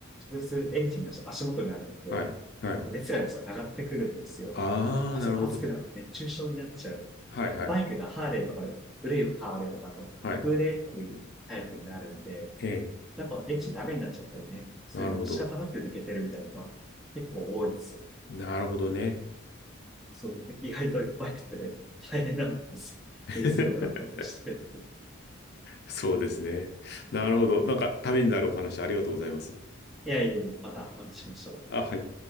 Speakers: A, in the centre; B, on the left (about 50°).
A: 直接エンジンが足元にあるんで、
B: はい、はい。
A: 熱がですね、上がってくるんですよ。
B: ああ、
A: あ、
B: なるほど。
A: そう、熱くなって熱中症になっちゃう。
B: はい、はい、
A: バイクがハーレーとかで、古いハーレーとかだと、
B: はい。
A: 空冷っていうタイプになるので、
B: ええ、
A: やっぱエンジンダメになっちゃったりね、するので仕方なく抜けてるみたいなのは結構多いですよ
B: なるほど。なるほどね。
A: そういう、意外といっぱいくて、大変なんです。
B: <laughs>
A: 気にすることがあったりもして。
B: そうですね。なるほど。なんか、ためになるお話ありがとうございます。
A: いやいやいや、またお話ししましょう。
B: あ、はい。